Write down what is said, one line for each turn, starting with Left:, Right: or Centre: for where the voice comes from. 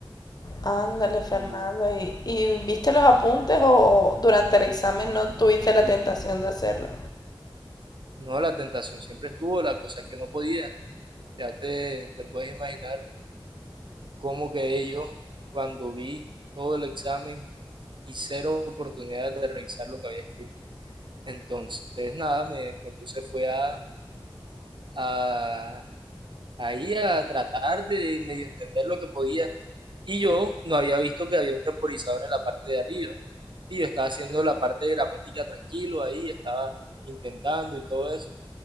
Left: Ándale, Fernando.
Right: Y
Left: ¿Y, y viste los apuntes o durante el examen no tuviste la tentación de hacerlo?
Right: no, la tentación siempre estuvo, la cosa es que no podía. Ya te, te puedes imaginar cómo quedé yo cuando vi todo el examen y cero oportunidades de revisar lo que había escrito. Entonces, nada, me, me puse fue a, a ahí a tratar de medio entender lo que podía. Y yo no había visto que había un temporizador en la parte de arriba. Y yo estaba haciendo la parte de gramática tranquilo ahí, estaba intentando y todo eso.